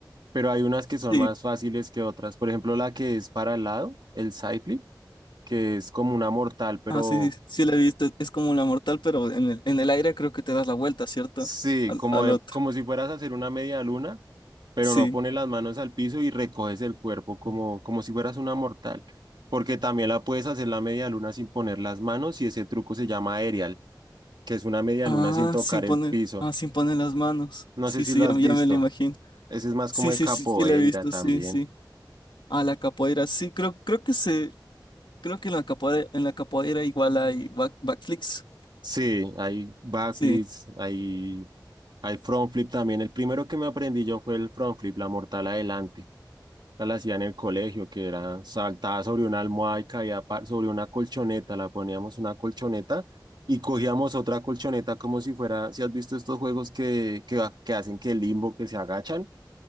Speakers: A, on the right (about 70°); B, on the left (about 80°).
A: Pero hay unas
B: sí.
A: que son más fáciles que otras. Por ejemplo, la que es para el lado, el side flip, que es como una mortal, pero
B: Ah, sí, sí, sí la he visto. Es como la mortal, pero en el, en el aire creo que te das la vuelta, ¿cierto?
A: sí,
B: Al,
A: como,
B: al
A: de-
B: otro.
A: como si fueras a hacer una media luna, pero
B: Sí.
A: no pones las manos al piso y recoges el cuerpo como, como si fueras una mortal. Porque también la puedes hacer la media luna sin poner las manos y ese truco se llama aerial, que es una media
B: Ah,
A: luna sin tocar
B: sin poner,
A: el piso.
B: ah, sin poner las manos.
A: No
B: Sí,
A: sé si
B: sí,
A: lo has
B: ya, me
A: visto.
B: ya me lo imagino.
A: Ese es más
B: Sí,
A: como de
B: sí,
A: capoeira
B: sí, sí, la he visto,
A: también.
B: sí, sí. Ah, la capoeira, sí, creo, creo que se, creo que en la capoeira, en la capoeira igual hay back, backflips.
A: Sí, hay backflips,
B: Sí.
A: hay, hay front flip también. El primero que me aprendí yo fue el front flip, la mortal adelante. Esa La hacía en el colegio, que era saltaba sobre una almohada y caía pa- sobre una colchoneta. La poníamos una colchoneta y cogíamos otra colchoneta como si fuera, si has visto estos juegos que, que, ha- que hacen que limbo, que se agachan.